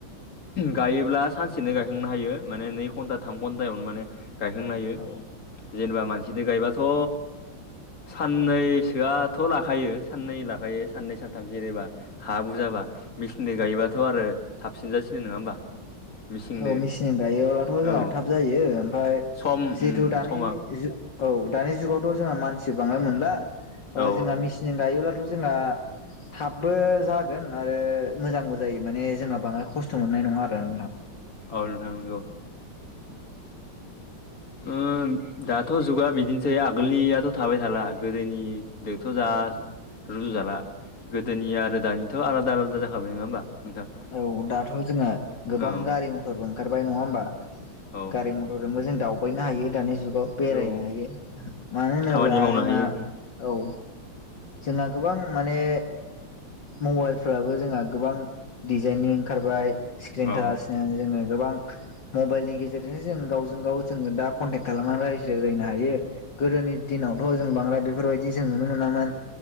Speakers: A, on the left; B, on the left.
A: गायोब्ला सानसेनो गायखांनो हायो माने नै घन्टा थाम घन्टायावनो माने गायखांनो हायो
B: औ
A: जेनेबा मानसिदो गायबाथ' साननैसोआथ' लाखायो सानै लाखायो सानै सानथाम जेनेबा हा बुजाबा मिसिनदो गायोबाथ' आरो थाबसिनजासिनो नङा होमबा। मेचिनजों
B: औ मेसिन गायोब्लाथ' जोहा
A: औ
B: थाब जायो ओमफाय
A: सम
B: जिहेथु
A: उम
B: दानि
A: समा
B: जु औ दानि जुगावथ' जोंहा मानसि बांङाय मोनला ओ
A: औ
B: जोंहा मेसिनजों गायोब्लाथ' जोंहा थाबबो जागोन आरो मोजांबो जायो माने जोंहा बांङाय खस्थ' मोननाय नङा आरो नोंथां।
A: औ नोंथां नंगौ। ओं दाथ' जुगा बिदिनोसै आगोलनियाथ' थाबाय थाला गोदोनि दोथ' जा रुजु जाला गोदोनि आरो दानिथ' आलादा आलादा जाखाबाय नङा होमबा। नोंथां
B: औ दाथ' जोंङा गोबां
A: औ
B: गारि मथरबो ओंखारबाय नङा होमबा।
A: औ
B: गारि मथरजोंबो जों दावबायनो हायो दानि जुगाव बेरायनो
A: औ
B: हायो। मानो होनोब्ला
A: खामानि मावनो
B: जोंङा
A: हायो
B: औ जोंहा गोबां माने मबाइलफ्राबो जोंहा गोबां डिजाइनि ओंखारबाय स्क्रिन
A: औ
B: टाच जोङो गोबां मबाइलनि गेजेरजों जों गावजों गाव जोङो दा कनटेक्ट खालामनानै रायज्लायलायनो हायो। गोदोनि दिनावथ' जों बांद्राय बेफोरबायदि जों नुनो मोनामोन।